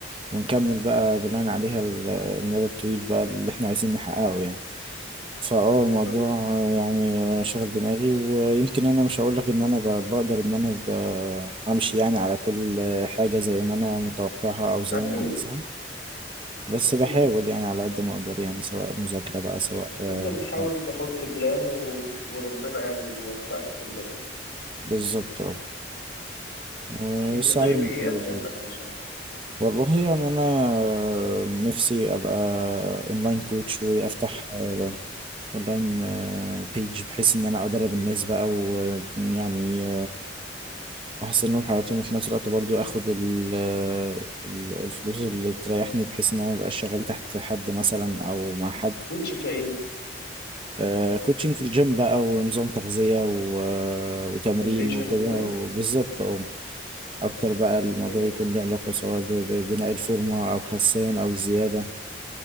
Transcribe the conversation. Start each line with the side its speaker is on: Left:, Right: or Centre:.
Right: ونكمل بقى بناء عليها ال- المدى الطويل بقى اللي احنا عايزين نحققه يعني فاه
Left: بالظبط
Right: الموضوع آه، يعني آه، شاغل دماغي ويمكن انا مش هقول لك ان انا ب- بقدر ان انا ب- امشي يعني على كل آه، حاجة زي ما انا متوقعها او زي
Left: اكيد
Right: ما عايزها بس
Left: اكيد
Right: بحاول يعني على قد ما اقدر يعني سواء مذاكرة بقى سواء آه،
Left: انت بتحاول
Right: محاولة
Left: تحط بلان و... وربنا يعني بيوفقك في الباقي
Right: بالظبط اه والسعي
Left: انت طيب
Right: مطلوب
Left: ايه اهدافك
Right: برضه.
Left: مثلا
Right: والله يعني انا آه، نفسي ابقى اونلاين كوتش وافتح اونلاين بيج بحيث ان انا ادرب الناس بقى ويعني احسن لهم حياتهم وفي نفس الوقت برضو اخد ال- آه، ال- الفلوس اللي تريحني بحيث ان انا مبقاش شغال تحت حد مثلا او مع حد
Left: كوتش كايه
Right: آه، كوتشنج في الجيم بقى ونظام تغذية و- آه، وتمرين
Left: نيوتريشن
Right: وكده
Left: وكده
Right: وبالظبط اه اكتر بقى الموضوع
Left: اوكي
Right: يكون ليه علاقة سواء ب- ب- ببناء الفورمة او خسان او الزيادة